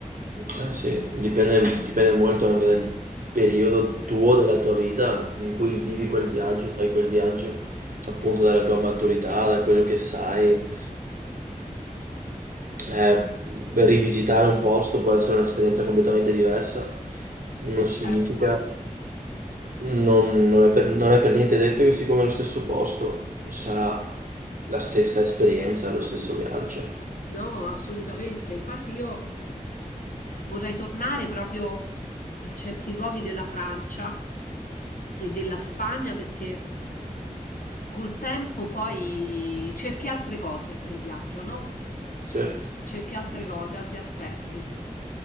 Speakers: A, on the right; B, on the left.
A: eh sì, dipende, dipende molto anche dal periodo tuo della tua vita in cui vivi quel viaggio, fai quel viaggio, appunto dalla tua maturità, da quello che sai. Eh, rivisitare un posto può essere un'esperienza completamente diversa, non
B: E
A: significa
B: certo.
A: Non, non è per, non è per niente detto che siccome è lo stesso posto sarà la stessa esperienza, lo stesso viaggio.
B: No, assolutamente. Infatti io vorrei tornare proprio in certi luoghi della Francia e della Spagna perché col tempo poi cerchi altre cose nel viaggio, no?
A: Sì. Eh,
B: Cerchi altre cose, altri aspetti.